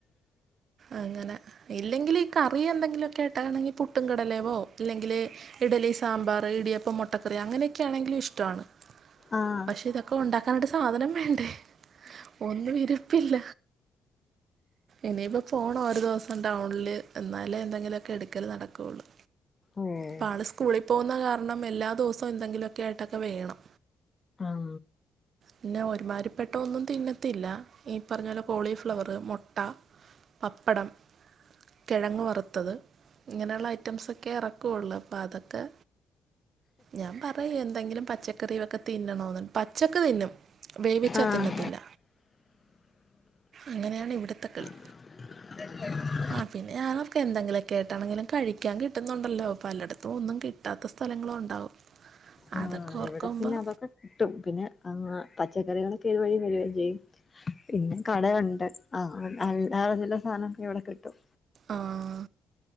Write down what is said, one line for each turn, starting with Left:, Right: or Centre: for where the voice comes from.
Right: അങ്ങനെ ഇല്ലെങ്കിൽ ഈ കറി എന്തെങ്കിലുമൊക്കെയാട്ടാണെങ്കിൽ പുട്ടും കടലേവോ ഇല്ലെങ്കിൽ ഇഡ്ഡലി സാമ്പാറ് ഇടിയപ്പം മുട്ടക്കറി അങ്ങനെയൊക്കെയാണെങ്കിലും ഇഷ്ട്ടാണ്
Left: ആഹ്
Right: പക്ഷെ ഇതൊക്കെ ഒണ്ടാക്കാനായിട്ട് സാധനം വേണ്ടേ ഒന്നും ഇരിപ്പില്ല. ഇനീപ്പോ ഫോൺ ഒരു ദിവസം ഡൗണില് എന്നാലേ എന്തെങ്കിലുമൊക്കെ എടുക്കല് നടക്കുള്ളൂ
Left: ഓഹ്
Right: പ്പാള് സ്കൂളിൽ പോകുന്ന കാരണം എല്ലാ ദിവസവും എന്തെങ്കിലുമൊക്കെ ആയിട്ടൊക്കെ വേണം
Left: ഉം
Right: പിന്നെ ഒരുമാതിരി പെട്ട ഒന്നും തിന്നത്തില്ല ഈ പറഞ്ഞ പോലെ കോളിഫ്ലവറ് മുട്ട പപ്പടം കിഴങ്ങ് വറുത്തത് ഇങ്ങനെയുള്ള ഐറ്റംസൊക്കെ ഇറക്കുയുള്ളൂ അപ്പം അതൊക്കെ ഞാൻ പറയും എന്തെങ്കിലും പച്ചക്കറിയൊക്കെ തിന്നണന്ന് പച്ചക് തിന്നും വേവിച്ചതിന്നതില്ല
Left: ആഹ്
Right: അങ്ങനെയാണ് ഇവിടുത്തെ കളി
Left: <inaudible>
Right: ആ പിന്നെ ഞാനക്കെ എന്തെങ്കിലൊക്കെ ആയിട്ടാണെങ്കിലും കഴിക്കാൻ കിട്ടുന്നുണ്ടല്ലോ പലയിടത്തും ഒന്നും കിട്ട ട്ടാത്ത സ്ഥലങ്ങള ഉണ്ടാവും
Left: ആ
Right: അതൊക്കെ ഓർക്കുമ്പോൾ
Left: ഇവിടെ പിന്നെ അതൊക്കെ കിട്ടും പിന്നെ ആ പച്ചക്കറികളൊക്കെ ഇതുവഴി വരികയും ചെയ്യും പിന്നെ കടയുണ്ട് ആ അല്ല ചില്ല സാധനക്ക ഇവിടെ കിട്ടും
Right: ആഹ